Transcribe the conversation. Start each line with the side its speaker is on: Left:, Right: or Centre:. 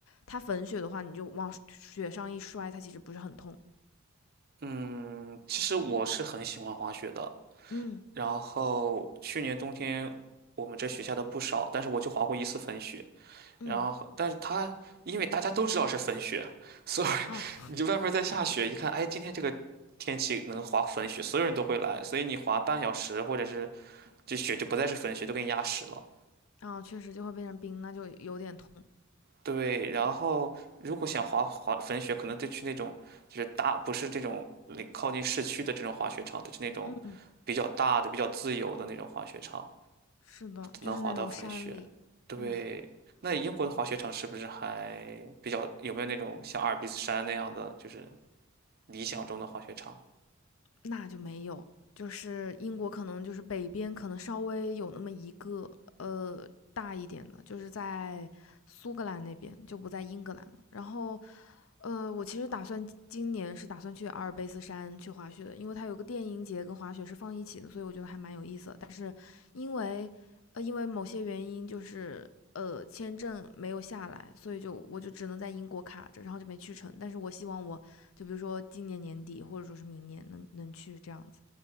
Left: 它粉雪的话，你就往雪上一摔，它其实不是很痛。
Right: 嗯，其实我是很喜欢滑雪的，
Left: 嗯
Right: 然后去年冬天我们这雪下的不少，但是我就滑过一次粉雪。
Left: 嗯，
Right: 然后，但是它因为大家都知道是粉雪，所以
Left: 哦
Right: <laughs> 你就外面在下雪，一看，哎，今天这个天气能滑粉雪，所有人都会来，所以你滑半小时或者是这雪就不再是粉雪，都给你压实了。
Left: 哦，确实就会变成冰，那就有点痛。
Right: 对，然后如果想滑滑粉雪，可能得去那种就是大，不是这种离靠近市区的这种滑雪场，得去那种
Left: 嗯，
Right: 比较大的、比较自由的那种滑雪场。
Left: 是的，
Right: 能滑到粉雪。
Left: 就是那种山里，
Right: 对，
Left: 嗯，
Right: 那英国的滑雪场是不是还比较，有没有那种像阿尔卑斯山那样的，就是理想中的滑雪场？
Left: 那就没有。就是英国可能就是北边可能稍微有那么一个呃大一点的，就是在苏格兰那边就不在英格兰了。然后呃，我其实打算今年是打算去阿尔卑斯山去滑雪的，因为它有个电音节跟滑雪是放一起的，所以我觉得还蛮有意思的。但是因为呃因为某些原因，就是呃签证没有下来，所以就我就只能在英国卡着，然后就没去成。但是我希望我就比如说今年年底或者说是明年能能去这样子。